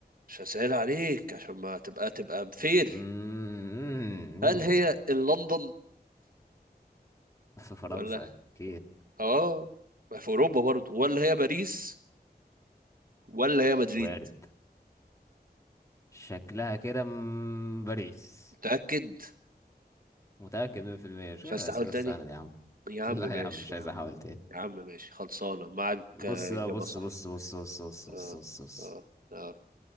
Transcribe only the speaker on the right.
مش هسهل عليك عشان ما تبقى تبقى بفير
هل هي لندن
ولا
اه ما في اوروبا برضو ولا هي باريس ولا هي مدريد
متأكد
مش عايز
تحاول تاني
يا عم
ماشي
يا
عم
يا عم ماشي خلصانة معاك
آه،
إجابة
صحيحة
اه
اه اه